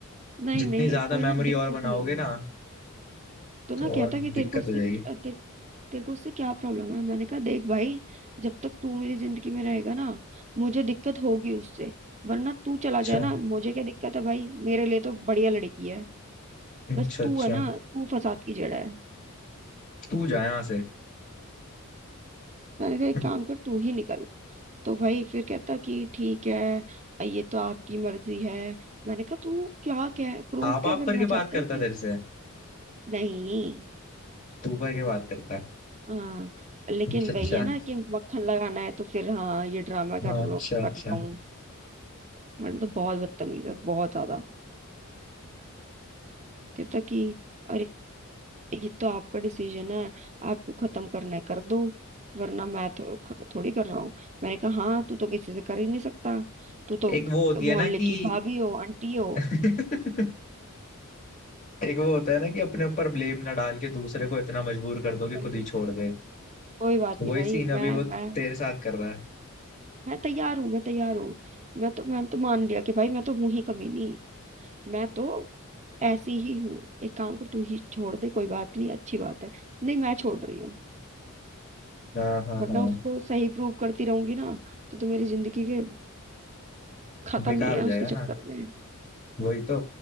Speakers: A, on the right; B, on the left.
A: नहीं
B: जितनी
A: नहीं
B: ज्यादा
A: कोई
B: मेमोरी
A: ना दिक्कत
B: और बनाओगे
A: नहीं है
B: ना
A: तो
B: तो
A: ना
B: और
A: कहता
B: दिक्कत
A: कि तेरे को उससे
B: हो जाएगी
A: तेरे तेरे को उससे क्या प्रॉब्लम है मैंने कहा देख भाई जब तक तू मेरी जिंदगी में रहेगा ना मुझे दिक्कत होगी उससे वरना तू चला
B: अच्छा
A: जाए ना मुझे क्या दिक्कत है भाई मेरे लिए तो बढ़िया लड़की है
B: अच्छा
A: बस तू
B: अच्छा
A: है ना तू फसाद की जड़ है
B: तू जा यहाँ से
A: मैंने
B: <laughs>
A: कहा एक काम कर तू ही निकल तो भाई फिर कहता कि ठीक है ये तो आपकी मर्जी है मैंने कहा तू क्या कह प्रूफ
B: आप
A: क्या
B: आप
A: करना
B: करके
A: चाहता
B: बात करता
A: है कि
B: तेरे से
A: नहीं
B: तू करके बात करता
A: हाँ लेकिन
B: अच्छा अच्छा
A: वही है ना कि मक्खन लगाना है तो फिर हाँ ये ड्रामा
B: हाँ
A: कर लो
B: अच्छा अच्छा
A: कर रहा हूँ मैंने तो बहुत बदतमीज है बहुत ज्यादा कहता कि अरे ये तो आपका डिसीजन है आपको खत्म करना है कर दो वरना मैं तो ख- थोड़ी कर रहा हूँ मैंने कहा हाँ तू तो किसी से कर ही नहीं सकता तू तो
B: एक
A: ग-
B: वो होती
A: मोहल्ले
B: है ना कि
A: की भाभी हो आंटी हो
B: <laughs> एक वो होता है ना कि अपने ऊपर ब्लेम ना डाल के दूसरे को इतना मजबूर कर दो कि
A: वही
B: खुद ही छोड़
A: वही
B: दे
A: कोई बात
B: वही
A: नहीं भाई
B: सीन
A: मैं
B: अभी वो
A: मैं
B: तेरे साथ कर रहा है
A: मैं तैयार हूँ मैं तैयार हूँ मैं तो मैंने तो मान लिया कि भाई मैं तो हूँ ही कमीनी मैं तो ऐसी ही हूँ एक काम कर तू ही छोड़ दे कोई बात नहीं अच्छी बात है नहीं मैं छोड़ रही हूँ
B: हाँ हाँ
A: वरना
B: हाँ
A: उसको सही प्रूव करती रहूंगी ना तो तो मेरी जिंदगी के खत्म
B: बेकार
A: ही है
B: हो जाएगा
A: उसके
B: ना
A: चक्कर में
B: वही तो